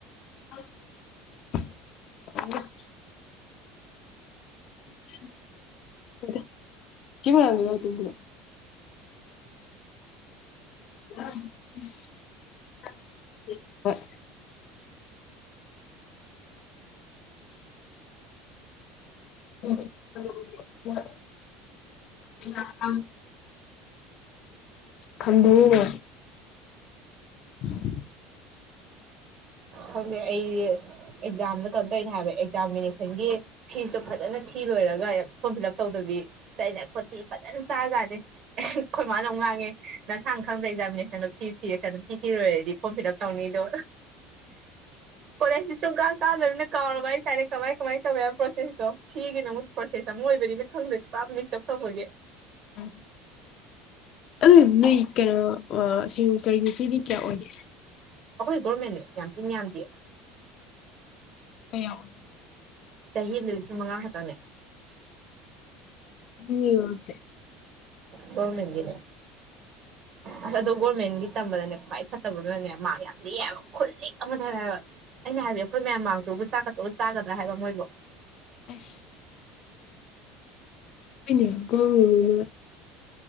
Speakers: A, on the left; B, on the right.
A: <inaudible> <unintelligible> <inaudible> ꯍꯣꯏ ꯍꯣꯏ <inaudible> ꯈꯟꯕꯤꯌꯣꯅꯦ <inaudible>
B: ꯈꯪꯉꯦ ꯑꯩ ꯑꯦꯛꯖꯥꯝꯗ ꯀꯩꯅꯣ ꯇꯧꯔꯤꯅꯦ ꯍꯥꯏꯕ ꯑꯦꯛꯖꯥꯝꯃꯤꯅꯦꯁꯟꯒꯤ ꯐꯤꯁꯇꯣ ꯐꯥꯖꯅ ꯊꯤ ꯂꯣꯏꯔꯒ ꯐꯣꯔꯝ ꯐꯤꯂꯞ ꯇꯧꯗꯕꯤ ꯆꯠꯂꯤꯅꯦ ꯈꯣꯟꯊꯤ ꯐꯥꯖꯅ ꯆꯥꯖꯥꯠꯅꯤ ꯑꯩꯈꯣꯏ ꯃꯥꯅ ꯑꯃꯨꯛ ꯉꯥꯡꯉꯦ ꯅꯁꯥꯅ ꯈꯪꯗꯔ ꯑꯦꯛꯖꯥꯃꯤꯅꯦꯁꯟꯗꯣ ꯐꯤ ꯊꯤꯔꯀꯥꯟ ꯐꯤ ꯊꯤꯔꯣꯏꯔꯗꯤ ꯐꯣꯝ ꯐꯤꯂꯞ ꯇꯧꯅꯤꯗꯣ ꯀꯣꯂꯦꯖꯇꯤ ꯁꯨꯡꯀꯥ ꯀꯥꯗꯔꯥꯕꯅꯤꯅ ꯀꯥꯎꯔꯕ ꯍꯥꯏꯇꯔꯦ ꯀꯃꯥꯏ ꯀꯃꯥꯏ ꯇꯧꯋꯦ ꯍꯥꯏꯕꯥ ꯄ꯭ꯔꯣꯁꯦꯁ ꯑꯣ ꯁꯤꯒꯤꯅ ꯑꯃꯨꯛ ꯄ꯭ꯔꯣꯁꯦꯁ ꯑꯃ ꯑꯣꯏꯕꯅꯤꯅ ꯈꯪꯗ꯭ꯔꯦ ꯄꯨꯔꯥ ꯃꯤꯁ꯭ꯀ ꯑꯄ ꯇꯧꯕꯒꯤ
A: <unintelligible> ꯃꯤ ꯀꯩꯅꯣ ꯑꯥ ꯁꯦꯃꯦꯁꯇꯔꯒꯤ ꯐꯤꯗꯤ ꯀꯌꯥ ꯑꯣꯏꯒꯦ
B: ꯑꯩꯈꯣꯏꯗꯤ ꯒꯣꯔꯃꯦꯟꯅꯦ ꯌꯥꯝ ꯊꯤꯟ ꯌꯥꯝꯗꯤꯌꯦ
A: ꯀꯌꯥ ꯑꯣꯏ
B: ꯆꯍꯤ ꯑꯃꯗ ꯂꯤꯁꯤꯡ ꯃꯉꯥ ꯈꯛꯇꯪꯅꯦ
A: ꯌꯦꯡꯉꯨꯖꯦ
B: ꯒꯣꯔꯃꯦꯟꯒꯤꯅꯦ ꯑꯁ ꯑꯗꯣ ꯒꯣꯔꯃꯦꯟꯒꯤ ꯇꯝꯕꯗꯅꯦ ꯈ꯭ꯋꯥꯏ ꯐꯠꯇꯕ ꯑꯃꯅꯅꯦ ꯃꯥꯔꯛ ꯌꯥꯝ ꯂꯤꯛꯑꯦ ꯍꯥꯏꯕ ꯈꯨꯂꯤꯛ ꯑꯃꯅꯦ ꯍꯥꯏꯕ ꯑꯩꯅ ꯍꯥꯏꯕꯗꯤ ꯑꯩꯈꯣꯏ ꯃꯌꯥꯝ ꯃꯥꯔꯛꯇꯨꯕꯨ ꯆꯥꯛꯀ ꯇꯣꯠꯂꯒ ꯆꯥꯒꯗ꯭ꯔꯥ ꯍꯥꯏꯕ ꯃꯣꯏꯕꯨ
A: ꯑꯁ <unintelligible>